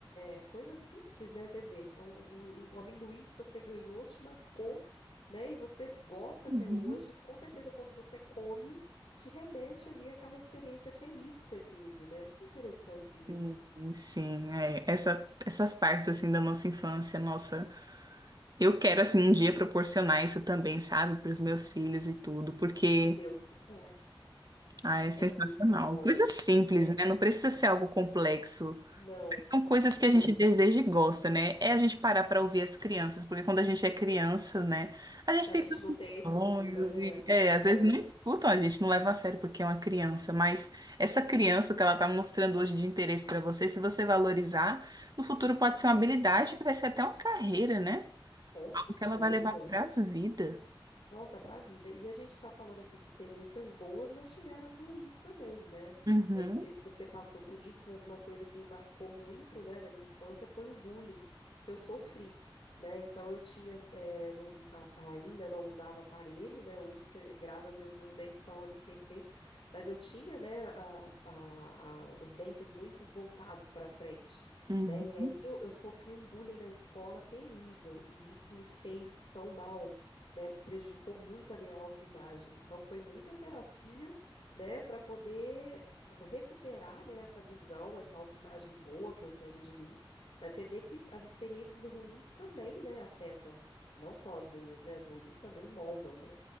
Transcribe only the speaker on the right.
Uhum.
Sim, sim, é. Essa, essas partes, assim, da nossa infância, nossa. Eu quero, assim, um dia proporcionar isso também, sabe, para os meus filhos e tudo, porque.
Ah, é sensacional.
Coisa simples,
né? Não precisa ser algo complexo.
Mas são coisas
que a gente deseja e gosta, né? É a gente parar para ouvir as crianças, porque quando a gente é criança, né? A gente
tem
tantos
sonhos
e, é,
às vezes
não escutam a gente, não leva a sério porque é uma criança, mas essa
criança, o que ela tá mostrando hoje de interesse para você, se você valorizar, no futuro pode ser uma habilidade que vai ser até uma carreira, né?
Que ela vai levar para a vida.
Uhum,
uhum.